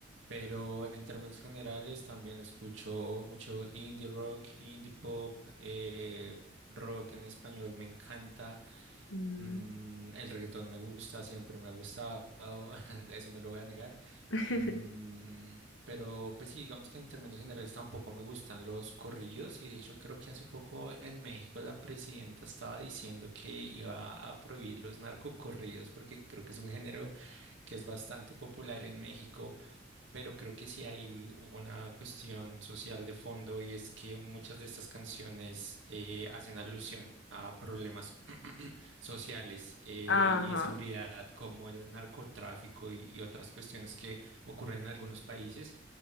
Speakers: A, on the right (about 90°); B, on the left (about 85°).
A: pero en términos generales también escucho mucho indie rock, indie pop, eh, rock en español me encanta.
B: Ujú.
A: Mm, el reggaetón me gusta, siempre me ha gustado, <laughs> eso no lo voy a negar.
B: <laughs>
A: Mm, pero pues sí, digamos que en términos generales tampoco me gustan los corridos y de hecho creo que hace poco en México la presidenta estaba diciendo que iba a prohibir los narcocorridos porque creo que es un género que es bastante popular en México pero creo que sí hay una cuestión social de fondo y es que muchas de estas canciones eh, hacen alusión a problemas <clears throat> sociales eh,
B: Ajá.
A: y de seguridad como el narcotráfico y, y otras cuestiones que ocurren en algunos países.